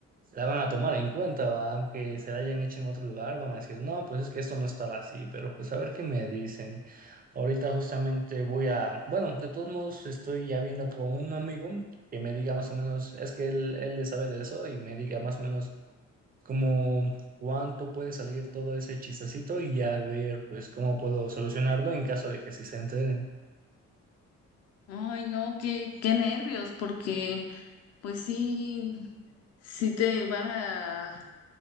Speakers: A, on the right; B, on the left.
A: la van a tomar en cuenta, ¿va? Aunque se la hayan hecho en otro lugar, van a decir, no, pues es que esto no estaba así, pero pues a ver qué me dicen. Ahorita justamente voy a, bueno, de todos modos estoy ya viendo con un amigo que me diga más o menos, es que él, él le sabe de eso y me diga más o menos como cuánto puede salir todo ese chistecito y ya ver pues cómo puedo solucionarlo en caso de que sí se entere.
B: Ay, no, qué, qué nervios, porque pues sí, sí te van a,